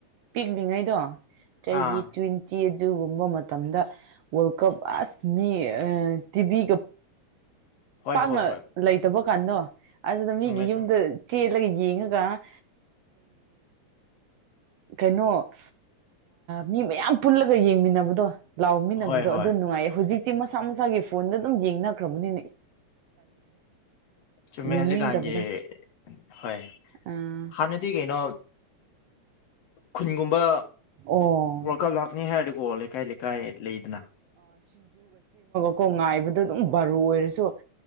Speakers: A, on the right; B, on the left.
A: ꯄꯤꯛꯂꯤꯉꯩꯗꯣ ꯆꯍꯤ
B: ꯑꯥ
A: ꯇꯋꯤꯟꯇꯤ ꯑꯗꯨꯒꯨꯝꯕ ꯃꯇꯝꯗ ꯋꯥꯔꯜ ꯀꯞ ꯑꯁ ꯃꯤ ꯇꯤꯚꯒ
B: ꯍꯣꯏ
A: ꯄꯥꯛꯅ
B: ꯍꯣꯏ ꯍꯣꯏ
A: ꯂꯩꯇꯕ ꯀꯗꯣ ꯑꯁꯗ ꯃꯤꯒꯤ
B: ꯆꯨꯝꯃꯦ
A: ꯌꯨꯝꯗ
B: ꯆꯨꯝꯃꯦ
A: ꯆꯦ ꯆꯠꯂꯒ ꯌꯦꯡꯉꯒ ꯀꯩꯅꯣ ꯃꯤ ꯃꯌꯥꯝ ꯄꯨꯜꯂꯒ ꯌꯦꯡꯃꯤꯟꯅꯕꯗꯣ ꯂꯥꯎꯃꯤꯟꯅꯕꯗꯣ
B: ꯍꯣꯏ ꯍꯣꯏ
A: ꯑꯗꯨ ꯅꯨꯡꯉꯥꯏꯌꯦ ꯍꯧꯖꯤꯛꯇꯤ ꯃꯁꯥ ꯃꯁꯥꯒꯤ ꯐꯣꯟꯗ ꯑꯗꯨꯝ ꯌꯦꯡꯅꯈ꯭ꯔꯕꯅꯤꯅꯦ
B: ꯆꯨꯝꯃꯦ
A: ꯌꯦꯡꯅꯤꯡꯗꯕꯗ
B: ꯍꯧꯖꯤꯛꯀꯥꯟꯒꯤ ꯍꯣꯏ
A: ꯑꯥ
B: ꯍꯥꯟꯅꯗꯤ ꯀꯩꯅꯣ ꯈꯨꯟꯒꯨꯝꯕ
A: ꯑꯣ
B: ꯋꯥꯔ ꯀꯞ ꯂꯥꯛꯅꯤ ꯍꯥꯏ ꯀꯣ ꯂꯩꯀꯥꯏ ꯂꯩꯀꯥꯏ ꯂꯩꯗꯅ
A: ꯀꯣꯡ ꯉꯥꯏꯕꯗ ꯑꯗꯨꯝ ꯕꯥꯔꯨ ꯑꯣꯏꯔꯁꯨ